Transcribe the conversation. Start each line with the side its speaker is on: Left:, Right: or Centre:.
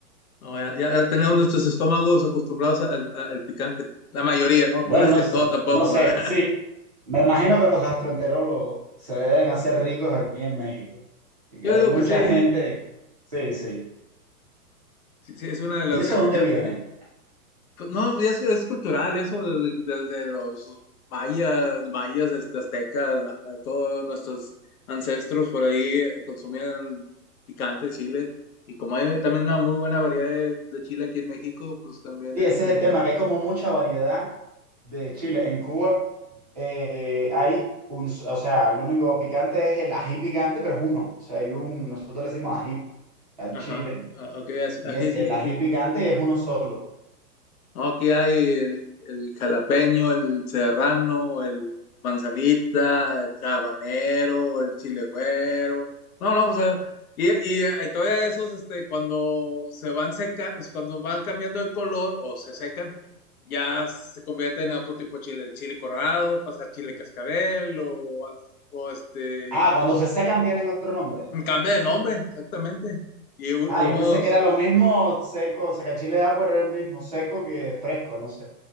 Left: No, ya, ya tenemos nuestros estómagos acostumbrados al, a- al picante. La mayoría, ¿no?
Right: Bueno,
Left: Creas
Right: no
Left: que
Right: sé,
Left: todo tampoco.
Right: no sé,
Left: ¿verdad?
Right: sí. Me imagino que los gastroenterólogos se deben hacer ricos aquí en México.
Left: <laughs>
Right: Y que
Left: Yo
Right: hay
Left: digo
Right: mucha
Left: que sí,
Right: gente. Sí, sí.
Left: sí, sí, es una de las.
Right: ¿Y eso
Left: <laughs>
Right: de dónde viene?
Left: Pues no, pues ya es, es cultural eso, desde, desde los mayas, mayas, este, aztecas, eh, todos nuestros ancestros por ahí eh, consumían picante, chile, y como hay también una muy buena variedad de, de chile aquí en México, pues también
Right: Sí,
Left: este,
Right: ese es el tema, que hay como mucha variedad de chile. En Cuba. eh, hay un, o sea, el único picante es el ají picante, pero es uno. O sea, hay un, nosotros le decimos ají al
Left: ajá,
Right: chile,
Left: ah, ok, así-
Right: y
Left: aquí
Right: es
Left: sí,
Right: el
Left: sí,
Right: ají
Left: sí,
Right: picante y es uno solo.
Left: No, aquí hay el, el jalapeño, el serrano, el manzanita, el habanero, el chile güero. No, no, o sea, y, y, hay todavía esos, este, cuando se van seca, cuando van cambiando de color o se secan, ya se convierten en otro tipo de chile, el chile corrado, pasa a chile cascabel o, o este,
Right: Ah, cuando se secan tienen otro nombre.
Left: cambia de nombre, exactamente. Y u-
Right: Ah,
Left: unos
Right: yo pensé que era lo mismo seco, o sea, que chile da por el mismo seco que fresco, no sé.